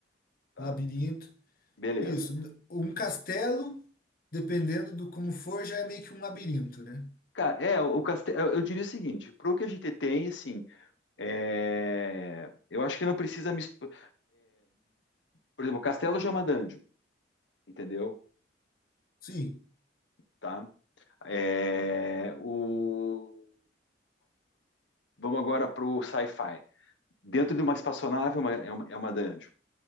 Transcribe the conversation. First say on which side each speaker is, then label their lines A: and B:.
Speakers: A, on the left; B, on the left.
A: tá?
B: labirinto.
A: Beleza.
B: Isso, n- um castelo, dependendo do como for, já é meio que um labirinto, né?
A: Cara, é, o castelo, eu diria o seguinte, pro que a gente tem, assim, é, eu acho que não precisa misturar, por exemplo, Castelo já é uma dungeon, entendeu?
B: Sim,
A: Tá? É, o, vamos agora pro sci-fi. Dentro de uma espaçonave é uma, é uma- é uma dungeon.